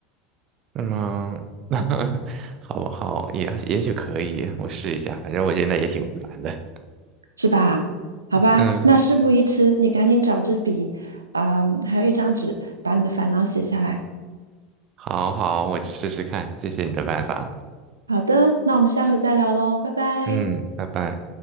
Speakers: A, on the right; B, on the right.
A: 那么 <laughs> 好好，也也许可以，我试一下，反正我现在也挺烦的。
B: 是吧？好吧，
A: 嗯，
B: 那事不宜迟，你赶紧找支笔，啊、还有一张纸，把你的烦恼写下来。
A: 好好，我去试试看，谢谢你的办法。
B: 好的，那我们下回再聊喽，拜拜。
A: 嗯，拜拜。